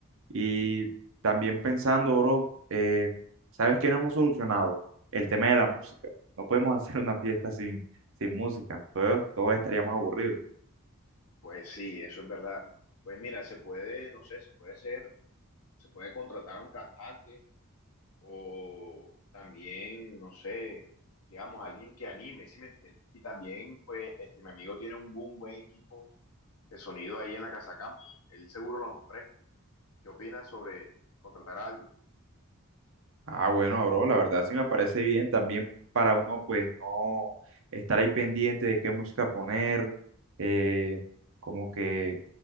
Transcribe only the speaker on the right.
Y también pensando, bro, eh, ¿sabes qué no hemos solucionado? El tema de la música. No podemos <laughs> hacer una fiesta sin, sin música. Todos, todos estaríamos aburridos.
Ah, bueno, bro, la verdad sí me parece bien también para uno, pues, no estar ahí pendiente de qué música poner, eh, como que